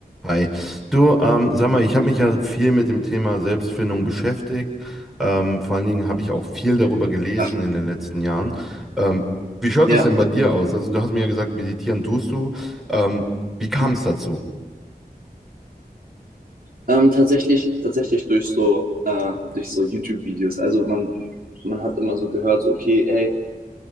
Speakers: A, in the centre; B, on the right.
A: Hi. Du, ähm, sag mal, ich habe mich ja viel mit dem Thema Selbstfindung beschäftigt. Ähm, vor allen Dingen habe ich auch viel darüber gelesen
B: Ja.
A: in den letzten Jahren. Ähm, wie schaut
B: Ja.
A: das denn bei dir aus? Also du hast mir ja gesagt, meditieren tust du. Ähm, wie kam
B: Ja.
A: es dazu?
B: Ähm, tatsächlich, tatsächlich durch so, äh, durch so YouTube-Videos. Also man, man hat immer so gehört, so, okay, ey,